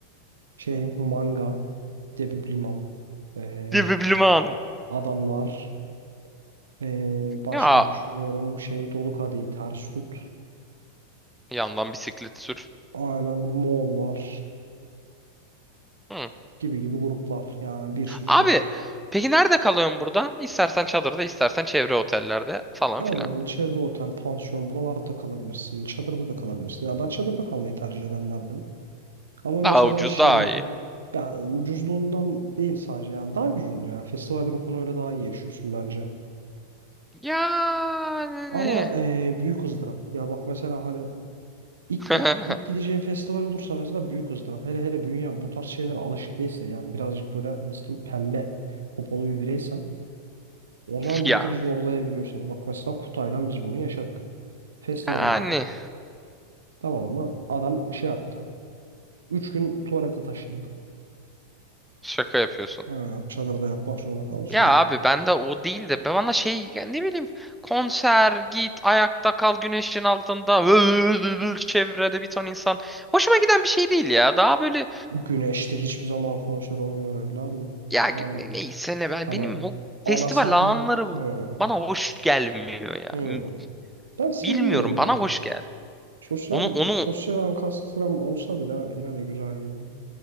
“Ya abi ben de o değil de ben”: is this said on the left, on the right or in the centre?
Centre